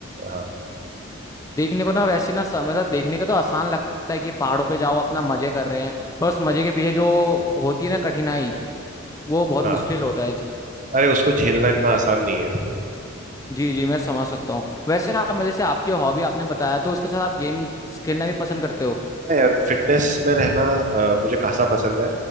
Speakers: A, on the right; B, on the left.
A: हाँ
B: देखने को ना वैसे ना स- मतलब देखने को तो आसान लगता है कि पहाड़ों पे जाओ अपना मजे कर रहे हैं पर उस मजे के पीछे जो होती है ना कठिनाई वो बहुत
A: हाँ
B: मुश्किल होता है
A: अरे उसको झेलना इतना आसान नहीं है
B: जी जी मैं समझ सकता हूँ वैसे आप मतलब जैसे आपकी हॉबी आपने बताया तो उसके साथ आप गेम खेलना भी पसंद करते हो
A: हाँ यार फिटनेस में रहना अ, मुझे खासा पसंद है